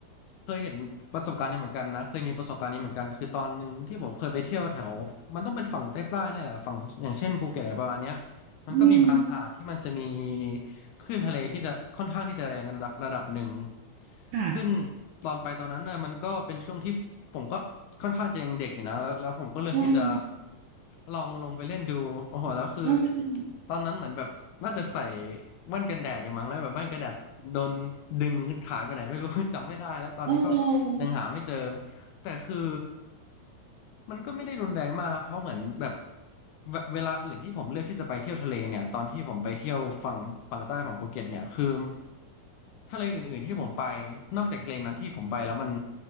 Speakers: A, on the left (about 80°); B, on the right (about 80°).
A: เคยเห็นประสบการณ์นี้เหมือนกันนะ เคยมีประสบการณ์นี้เหมือนกัน คือตอนหนึ่งที่ผมเคยไปเที่ยวแถว มันต้องเป็นฝั่งใต้ๆเนี่ยแหละ ฝั่งอย่างเช่นภูเก็ตอะไรประมาณเนี้ย มันก็มีบางหาดที่มันจะมี
B: อืม
A: คลื่นทะเลที่จะค่อนข้างที่จะแรงระดับระดับหนึ่ง
B: ค่ะ
A: ซึ่งตอนไปตอนนั้นน่ะมันก็เป็นช่วงที่ผมก็ค่อนข้างจะยังเด็กอยู่นะแล้วแล้วผมก็เลือกที่จะ
B: เออ
A: ลองลงไปเล่นดูโอ้โหแล้วคือ
B: เออ
A: ตอนนั้นเหมือนแบบน่าจะใส่แว่นกันแดดอยู่มั้งแล้วแบบแว่นกันแดดโดนดึงหายไปไหนไม่รู้ <laughs> จำไม่ได้แล้วตอนนี้ก็
B: เออ
A: ยังหาไม่เจอแต่คือ มันก็ไม่ได้รุนแรงมากนะเพราะเหมือนแบบเวเวลาอื่นที่ผมเลือกที่จะไปเที่ยวทะเลเนี่ยตอนที่ผมไปเที่ยวฝั่งฝั่งใต้ฝั่งภูเก็ตเนี่ยคือทะเลอื่นๆที่ผมไปนอกจากทะเลนั้นที่ผมไปแล้วมัน